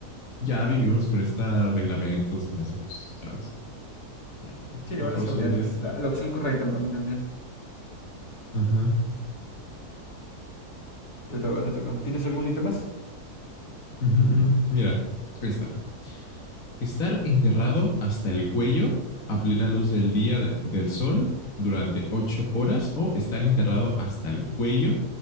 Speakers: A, on the left; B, on the left.
A: Ya vivimos con estos reglamentos, con esto, pues, ¿sabes? Para que
B: Sí, igual
A: mejor
B: la seguridad
A: seguridad.
B: es la, la opción correcta para mí también.
A: Ajá.
B: Te toca, te toca. ¿Tienes algún ítem más?
A: Uh-huh, uh-huh. Mira, esta. Estar enterrado hasta el cuello a plena luz del día de- del sol durante ocho horas o estar enterrado hasta el cuello,